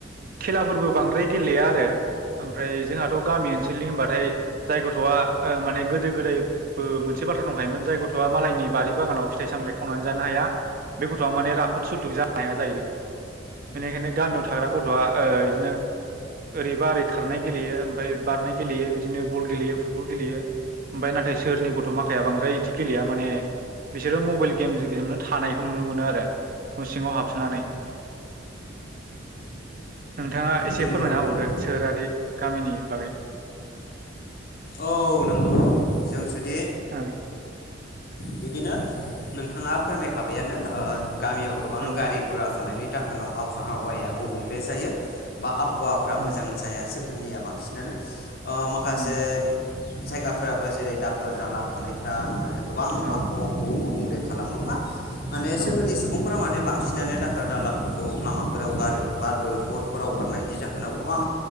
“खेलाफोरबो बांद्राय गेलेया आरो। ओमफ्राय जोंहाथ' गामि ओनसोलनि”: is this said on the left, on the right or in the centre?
Right